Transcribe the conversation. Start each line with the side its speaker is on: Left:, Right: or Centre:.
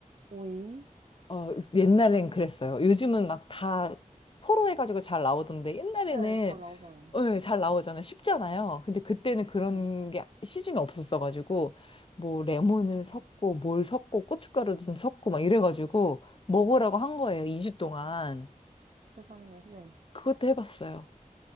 Right: 오잉?
Left: 어, 옛날엔 그랬어요. 요즘은 막 다 포로 해가지고 잘 나오던데 옛날에는
Right: 네, 잘 나오잖아요.
Left: 어, 예, 잘 나오잖아요. 쉽잖아요. 근데 그때는 그런
Right: 네.
Left: 게 시중에 없었어가지고 뭐 레몬을 섞고 뭘 섞고 고춧가루도 좀 섞고 막 이래가지고 먹으라고 한 거예요. 2주 동안.
Right: 세상에, 네.
Left: 그것도 해봤어요.